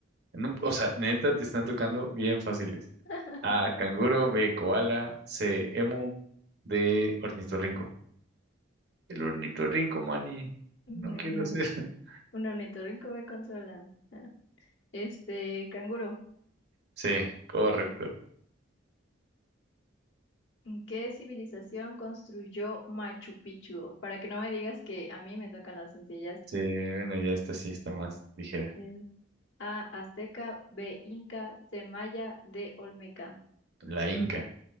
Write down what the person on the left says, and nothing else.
<laughs>
No,
un ornitorrinco me controla. Ah, Este, canguro,
¿qué civilización construyó Machu Picchu? Para que no me digas que a mí me tocan las sencillas.
Mm. A, Azteca, B, Inca, C, Maya, D, Olmeca.